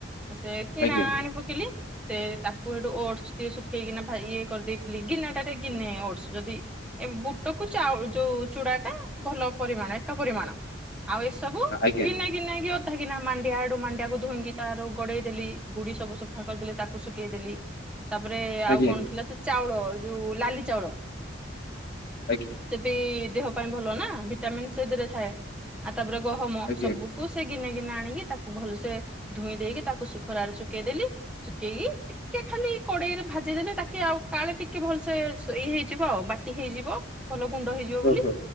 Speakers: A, in the centre; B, on the left.
A: ସେ କିଣା
B: ଆଜ୍ଞା
A: ଆଣି ପକେଇିଲି। ସେ ତାକୁ ସେଠୁ ଓଟସ ଟିକେ ଶୁଖେଇକିନାଇ ଇଏ କରିଦେଇଥିଲି ଗିନା ଟା ରେ ଗିନେ ଓଟସ ଯଦି ଏ ବୁଟକୁ ଚାଉଳ ଯୋଉ ଚୁଡାଟା ଭଲ ପରିମାଣ ଏକା ପରିମାଣ ଆଉ ଏସବୁ
B: ଆଜ୍ଞା
A: ଗିନେଇ ଗିନାକି ଅଧପ ଗିନା ନା କିି ଅଥା କିିନା ମାଣ୍ଡିଆ ଆଡୁ ମାଡିଆକୁ ଧୋଇଇକି ତାର ଗଡେଇ ଦେଲି ଗୁଡି ସବୁ ସବୁ ସଫା କରିଦେଲେ ତାକୁ ଶୁଖେଇଦେଲି ତାପରେ
B: ଆଜ୍ଞା
A: ଆଉ କଣ ଥିଲା ସେ ଚାଉଳ ଯୋଉ ନାଲି ଚାଉଳ
B: ଆଜ୍ଞା।
A: ସେ ବି ଦେହ ପାଇଁ ଭଲ ନା ଭିଟାମିନ ସେଇଥିରେ ଥାଏ ଆଉ ତାପରେ ଗହମ
B: ଆଜ୍ଞା
A: ସବୁ କ ସେ ଗିନେ ଗିିନେ ଆଣିକି ତାକୁ ଭଲସେ ଧୋଇଁ ଦେଇକି ତାକୁ ଶୁ ଖରାରେ ଶୁଖେଇଦେଲି। ଶୁଖେଇକି ଟିକେ ଖାଲି କଡେଇରେ ଭାଜିଦେଲେ ତାକେ ଆଉ କାଳେ ଟିକେ ଭଲସେ ଇ ହେଇଯିବ। ବାଟି ହେଇଯିବ ଭଲ ଗୁଣ୍ଡ ହେଇଯିବ ବୋଲି
B: ଓହୋ